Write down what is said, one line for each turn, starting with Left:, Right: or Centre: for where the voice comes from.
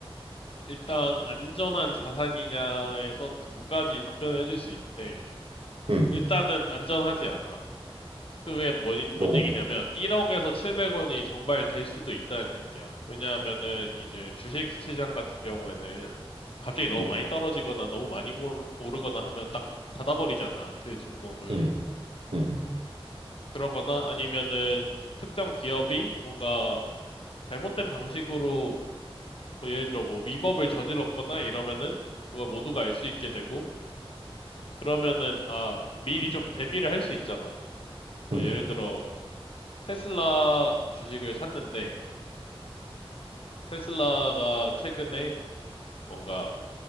Left: 일단 안전한 자산이냐에서 두 가지 답변을 해줄 수 있대.
Right: 음.
Left: 일단은 안전하지 않아. 그게 뭔, 뭔
Right: 어.
Left: 얘기냐면 1억에서 700원이 정말 될 수도 있다는 얘기야. 왜냐하면은 이제 주식 시장 같은 경우에는 갑자기 너무
Right: 음.
Left: 많이 떨어지거나 너무 많이 오르- 오르거나 하면 딱 닫아버리잖아. 그 종목을.
Right: 음. 음.
Left: 그러거나 아니면은 특정 기업이 뭔가 잘못된 방식으로 뭐 예를 들어 뭐 위법을 저질렀거나 이러면은 그걸 모두가 알 수 있게 되고 그러면은 아 미리 좀 대비를 할 수 있잖아. 뭐
Right: 음.
Left: 예를 들어 테슬라 주식을 샀는데 테슬라가 최근에 뭔가